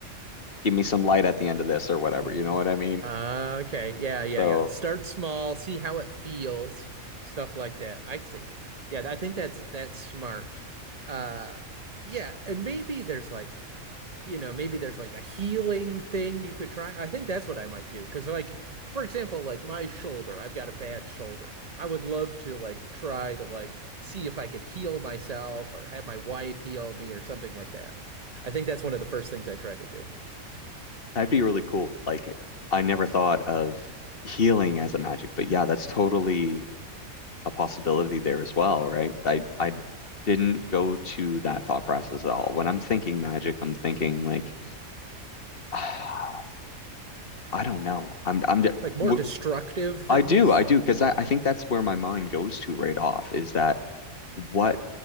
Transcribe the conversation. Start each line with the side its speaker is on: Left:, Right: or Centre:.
Left: give me some light at the end of this or whatever.
Right: hmm
Left: You know what I mean?
Right: Uh, okay. Yeah, yeah,
Left: So
Right: yeah. Start small, see how it feels, stuff like that. I see. Yeah, I think that's that's smart. Uh yeah, and maybe there's like you know, maybe there's like a healing thing you could try. I think that's what I might do. Because, like, for example, like my shoulder, I've got a bad shoulder. I would love to like try to like see if I could heal myself or have my wife heal me or something like that. I think that's one of the first things I try to do.
Left: that'd be really cool. Like I never thought of healing as a magic, but yeah, that's totally a possibility there as well, right? I I didn't go to that thought process at all. When I'm thinking magic, I'm thinking like <sighs> I don't know. I'm I'm d-
Right: Like more
Left: w-
Right: destructive things.
Left: I do I do because I, I think that's where my mind goes to right off is that what